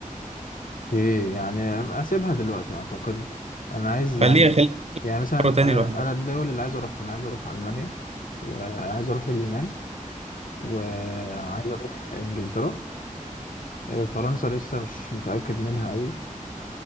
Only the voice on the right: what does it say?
خليها
خليها
مرة تانية
لوحدها